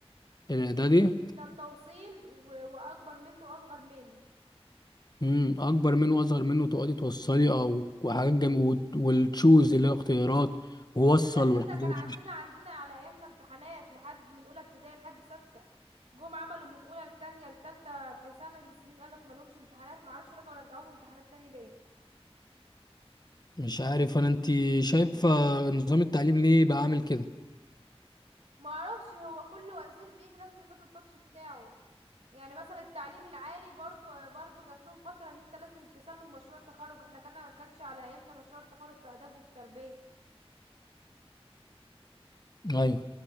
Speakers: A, on the left; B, on the right.
A: الاعدادي
B: كان توصيل و... واكبر منه واصغر منه
A: امم اكبر منه واصغر منه تقعدي توصلي او وحاجات جم... وت- والتشوز اللي هو اختيارات ووصل
B: احنا كان ستة
A: والحاجات
B: كان عندنا
A: دي
B: عندنا على ايامنا امتحانات لحد من اولى ابتدائي لحد ستة جم عملوا من اولى لتانية لتالتة في سنه من السنين قالك مالهمش امتحانات معرفش رجعوا رجعوهم امتحانات تاني ليه
A: مش عارف انا انت شايفة نظام التعليم ليه بقى عامل كده
B: ما اعرفش هو كل وزير بيجي لازم يحط التاتش بتاعه يعني مثلا التعليم العالي برضو برضو جات لهم فترة ان انت لازم تسلم مشروع التخرج احنا كان كانش على ايامنا مشروع التخرج في اداب وفي تربية
A: ايوه